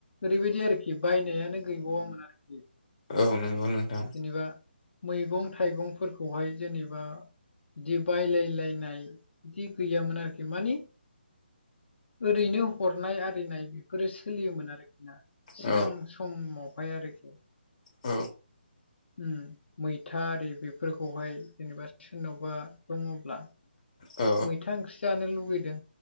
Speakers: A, on the left; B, on the left.
A: ओरैबायदि आरोखि बायनायानो गैबावामोन आरोखि
B: औ नंगौ नोंथां
A: जेनेबा मैगं थायगंफोरखौहाय जेनेबा बिदि बायलायलायनाय जि गैयामोन माने ओरैनो हरनाय आरिनाय बेफोरो सोलियोमोन आरोखि ना सिगां
B: औ
A: समावहाय आरोखि
B: औ
A: उम मैथा आरि बेफोरखौहाय जेनेबा सोरनावबा दङब्ला
B: औ
A: मैथा ओंख्रि जानो लुबैदों